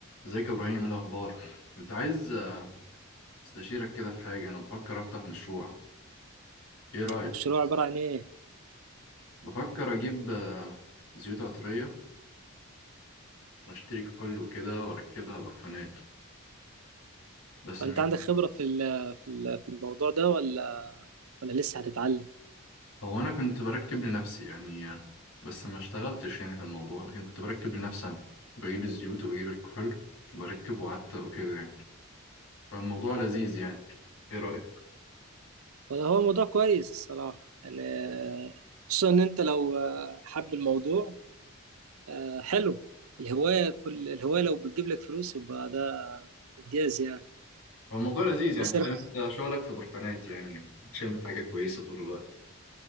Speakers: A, on the left; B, on the right.
A: ازيك يا ابراهيم ايه الاخبار كنت عايز آه، استشيرك كده في حاجه انا بفكر افتح مشروع ايه رايك
B: مشروع عبارة عن إيه؟
A: بفكر اجيب آه، زيوت عطريه واشتري كحول وكده واركبها برفانات بس
B: فأنت
A: مش
B: عندك خبرة في ال- في ال- في الموضوع ده ولا ولا لسه هتتعلم؟
A: هو انا كنت بركب لنفسي يعني آه، بس ما اشتغلتش يعني في الموضوع لكن كنت بركب لنفسي انا بجيب الزيوت وبجيب الكحول وبركب وعتق وكده يعني فالموضوع لذيذ يعني ايه رايك
B: ولا هو موضوع كويس الصراحة يعني آه، خصوصا إن أنت لو آه، حب الموضوع آه، حلو الهواية كل الهواية لو بتجيب لك فلوس يبقى ده إنجاز يعني
A: هو الموضوع لذيذ يعني
B: بس
A: تخيل
B: أنا-
A: انت شغلك في برفانات يعني تشم حاجه كويسه طول الوقت